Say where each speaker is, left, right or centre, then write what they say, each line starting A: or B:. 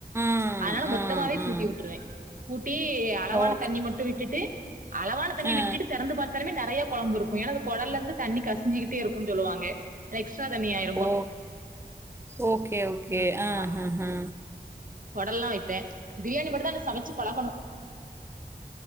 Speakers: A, on the right (about 15°); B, on the right (about 55°).
A: ம்,
B: அதனால
A: ம்,
B: மொத்தமாவே
A: ம்.
B: கூட்டி விட்டுருவே கூ டி அளவான
A: ஓகே.
B: தண்ணி மட்டு விட்டுட்டு <inaudible> அளவான தண்ணி
A: அ.
B: விட்டுட்டு தெறந்து பாத்தாளுமே நெறயா கொழம்பு இருக்கு ஏன்னா அது கொடலருந்து தண்ணி கசுஞ்சிக்கிட்டே இருக்குன்னு சொல்லுவாங்க எக்ஸ்ட்ரா தண்ணி ஆயு
A: ஓ ஓகே ஓகே
B: ஆமா
A: ஆ ஆ ஆ
B: கொடல்லா வைப்பே பிரியாணி மட்டுதா இன்னு சமச்சு பழகணு